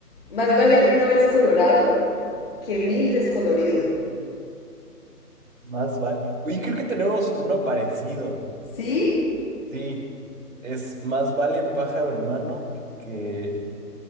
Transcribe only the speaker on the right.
Más vale. Oye, creo que tenemos uno parecido.
Sí, es más vale pájaro en mano que...